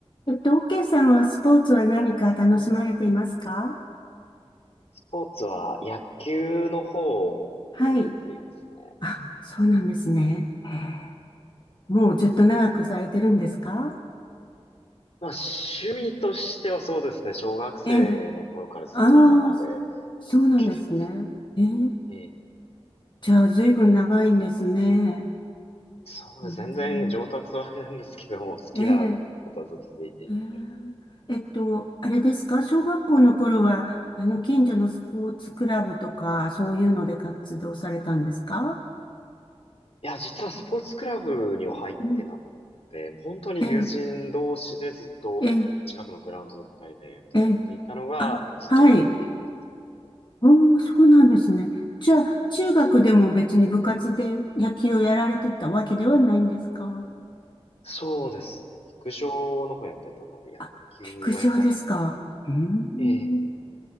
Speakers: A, on the left; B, on the left.
A: えっと、OK さんはスポーツは何か楽しまれていますか
B: スポーツは野球の方をよくやっていますね。
A: はい。あ、そうなんですね。へえもうずっと長くされてるんですか
B: まあ趣味としてはそうですね、小学生の頃からずっと今まで続けてます
A: ええ。ああ、そそうなんですね。ええ。
B: ね。
A: じゃあ、ずいぶん長いんですね。
B: そうです、
A: うーん。
B: 全然上達はあれなんですけども、好きなことはずっと続いていて。
A: ええ。えええっと、あれですか小学校の頃は、あの、近所のスポーツクラブとか、そういうので活動されたんですか
B: いや、実はスポーツクラブには入ってなくって、
A: うん
B: 本当に友人同士でずっと近くのグラウンドだったりで野球やっていたのが、
A: ええ、ええ、ええ。あ、
B: ずっとこう今まで。
A: はい。おー、そうなんですね。じゃあ、中学でも別に部活で野球をやられてたわけではないんですか
B: そうですね、陸上の方やってたので、野球はやってなかったです。
A: あ、陸上ですかうーん。
B: ええ。